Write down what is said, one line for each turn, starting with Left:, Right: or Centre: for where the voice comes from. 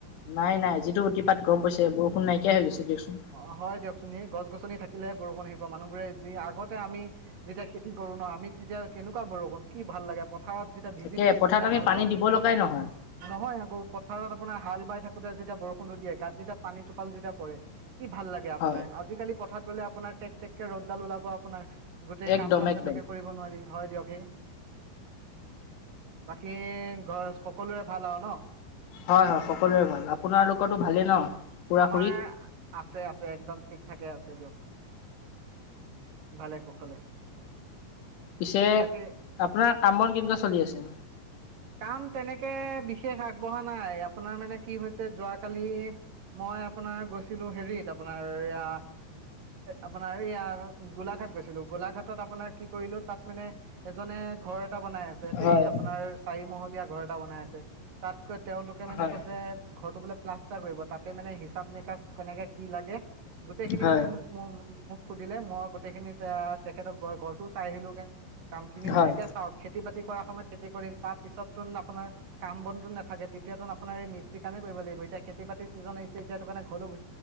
Left: নাই নাই যিটো অতিপাত গৰম পৰিছে বৰষুণ নাইকিয়া হৈ গৈছে। দিয়কচোন
Right: অ হয় দিয়কচোন সেই গছ গছনি থাকে থাকিলেহে বৰষুণ আহিব, মানুহবোৰে যি আগতে আমি যেতিয়া খেতি কৰো ন, আমি তেতিয়া কেনেকুৱা বৰষুণ কি ভাল লাগে। পথাৰত যেতিয়া ভিজি
Left: তাকে
Right: ভিজি
Left: পথাৰত
Right: যেতিয়া
Left: আমি
Right: হাল
Left: পানী
Right: বাও
Left: দিব লগাই নহয়
Right: <unintelligible> নহয় আকৌ পথাৰত আপোনাৰ হাল বাই থাকোতে যেতিয়া বৰষুণটো দিয়ে গাত যেতিয়া পানী টোপাল যেতিয়া পৰে! কি ভাল লাগে আপোনাৰ
Left: হয়
Right: আজিকালি পথাত গ'লে আপোনাৰ টেক টেকে ৰ'দডাল ওলাব, আপোনাৰ গোটেই
Left: একদম
Right: কাম চাম
Left: একদম
Right: তেনেকে কৰিব নোৱাৰি, হয় দিয়ক হে, বাকী ঘৰ সকলোৰে ভাল আও ন?
Left: হয় হয় সকলোৰে ভাল আপোনালোকতো ভালেই ন? খুৰা
Right: আমাৰ
Left: খুৰী
Right: আছে আছে, একদম ঠিক ঠাকে আছে দিয়ক। ভালে কুশলে।
Left: পিছে
Right: তাকে
Left: আপোনাৰ কাম বন কেনেকুৱা চলি আছে?
Right: কাম তেনেকে বিশেষ আগবঢ়া নাই, আপোনাৰ মানে কি হৈছে, যোৱাকালি মই আপোনাৰ গৈছিলো হেৰিত আপোনাৰ এয়া আপোনাৰ এইয়া গোলাঘাট গৈছিলো। গোলাঘাটত আপোনাৰ কি কৰিলো তাত মানে এজনে ঘৰ এটা বনাই আছে দেই
Left: হয়
Right: আপোনাৰ মহলীয়া ঘৰ এটা বনাই আছে, তাত তেওঁলোকে মানে
Left: হয়
Right: কৈছে ঘৰটো বোলে প্লাষ্টাৰ কৰিব, তাতে মানে হিচাপ নিকাচ কেনেকে কি লাগে, গোটেই খিনি
Left: হয়
Right: মানে মোক মোক মোক সুধিলে, মই গোটেইখিনি তাত তেখেতক ঘ ঘৰটো চাই আহিলোগে, কাম খিনি মানে,
Left: হয়
Right: এতিয়া চাওক খেতি বাতি কৰা সময়ত খেতি কৰিম। তাত তোন আপোনাৰ কাম বনটো নাথাকে। তেতিয়া তো আপোনাৰ এই মস্ত্ৰী কামেই কৰিব লাগিব, এতিয়া খেতি বাতি চিজন আহিছে এতিয়া কাৰণে ঘৰলৈ গু